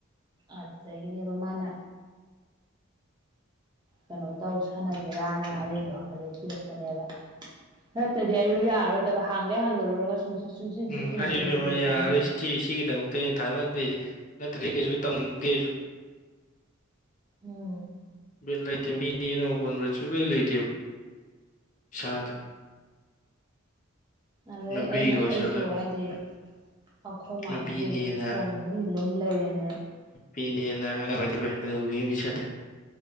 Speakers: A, on the right; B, on the left.
A: ꯑꯗꯨꯗꯒꯤꯅꯦꯕ ꯃꯥꯅ ꯀꯩꯅꯣ ꯇꯧ ꯁꯥꯟꯅꯒꯦꯔꯅ ꯍꯥꯏꯔꯛꯗꯣ ꯑꯗꯨꯩ ꯄꯤꯔꯛꯄꯅꯦꯕ ꯅꯠꯇꯗꯤ ꯑꯩꯔꯣ ꯌꯥꯔꯔꯣꯏꯗꯕ ꯍꯥꯡꯒꯩ ꯍꯥꯡꯖꯜꯂꯨꯔꯒ ꯁꯨꯡꯆꯟ
B: ꯎꯝ
A: ꯁꯤꯖꯤꯟꯅꯗ꯭ꯔꯗꯤ
B: ꯑꯩꯁꯨ ꯏꯕꯦꯝꯃ
A: ꯀꯩ
B: ꯌꯥꯔꯔꯣꯏ
A: ꯀꯥꯟꯅꯩ
B: ꯁꯤ ꯁꯤꯒꯤꯗꯃꯛꯇ ꯑꯩꯅ ꯊꯥꯅꯔꯤꯁꯦ ꯅꯠꯇ꯭ꯔꯗꯤ ꯀꯩꯁꯨ ꯇꯧꯅꯤꯡꯒꯦ
A: ꯎꯝ
B: ꯕꯦꯗ ꯂꯩꯇꯦ ꯃꯤ ꯑꯅꯧ ꯄꯥꯟꯕꯟꯕ ꯁꯨꯛꯂꯩ ꯂꯩꯇꯦꯕ ꯏꯁꯥꯗ
A: ꯑꯗꯩ
B: ꯅꯨꯄꯤꯒ
A: ꯑꯩꯅ
B: ꯑꯣꯏꯁꯜꯂ
A: ꯑꯩꯁꯨ ꯍꯥꯏꯗꯤ ꯑꯩꯈꯣꯏ ꯃꯥꯒꯤ
B: ꯅꯨꯄꯤꯅꯦꯅ
A: ꯐꯣꯟ ꯑꯗꯨꯝ ꯂꯨꯝ ꯂꯩꯔꯤꯅꯦ
B: ꯃꯤꯅꯦꯅ ꯑꯉꯥꯡ ꯑꯣꯏꯖꯕꯕꯤ ꯃꯤꯁꯤꯜꯂꯦ